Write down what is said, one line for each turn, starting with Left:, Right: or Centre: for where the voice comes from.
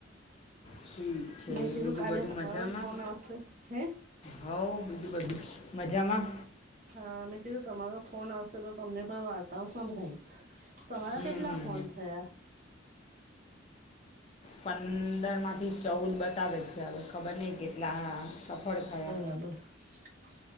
Left: ઠીક છે
Right: મેં કીધું
Left: બીજું
Right: કાલે
Left: બધું
Right: તમારો
Left: મજામાં.
Right: ફોન આવશે હે
Left: હવ બીજું બધું છે મજામાં.
Right: હા મેં કીધું તમારો ફોન આવશે તો તમને પણ વાર્તાઓ સંભળીશ. તમારા
Left: હમ
Right: કેટલા
Left: હમ
Right: ફોન થયા.
Left: પંદરમાંથી ચૌદ બતાવે જ છે હવે ખબર નહીં કેટલા સફળ થયા.
Right: ખબ <inaudible>